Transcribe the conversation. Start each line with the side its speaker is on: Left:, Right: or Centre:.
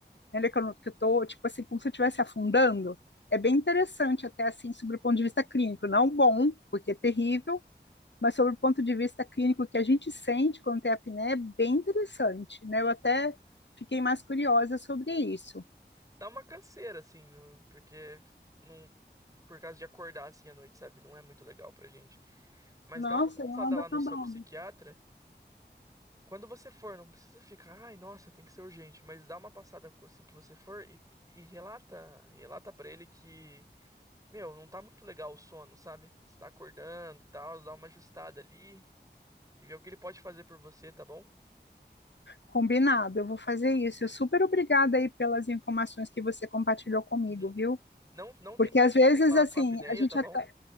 Left: né? que eu, não- que eu tô, tipo assim, como se eu estivesse afundando? É bem interessante, até assim, sobre o ponto de vista clínico. Não bom, porque é terrível, mas sobre o ponto de vista clínico que a gente sente quando tem apneia, é bem interessante, né? Eu até fiquei mais curiosa sobre isso.
Right: Dá uma canseira, assim, no- porque não. Por causa de acordar assim à noite, sabe? Não é muito legal pra gente. Mas
Left: Nossa,
Right: dá uma passada
Left: eu não ando
Right: lá
Left: acabando.
Right: no seu psiquiatra. Quando você for, não precisa ficar, ai, nossa, tem que ser urgente, mas dá uma passada co- assim que você for e, e relata, relata para ele que Meu, não tá muito legal o sono, sabe? Você tá acordando e tal, dá uma ajustada ali e vê o que ele pode fazer por você, tá bom?
Left: Combinado, eu vou fazer isso. Eu super obrigada aí pelas informações que você compartilhou comigo,
Right: Uhum.
Left: viu?
Right: Não, não
Left: Porque
Right: tem que
Left: às
Right: se preocupar
Left: vezes, assim,
Right: com a apneia,
Left: a gente
Right: tá bom?
Left: até. O